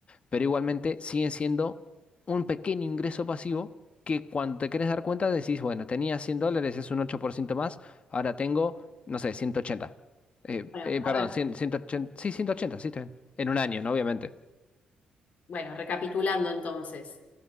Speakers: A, on the left; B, on the left.
A: pero igualmente siguen siendo un pequeño ingreso pasivo que cuando te querés dar cuenta decís, bueno, tenía 100 dólares, es un 8% más, ahora tengo, no sé, 180. Eh,
B: bueno,
A: eh,
B: a
A: perdón,
B: ver.
A: cien, ciento ochenta sí, 180 sí, está bien. En un año, ¿no? Obviamente.
B: Bueno, recapitulando entonces,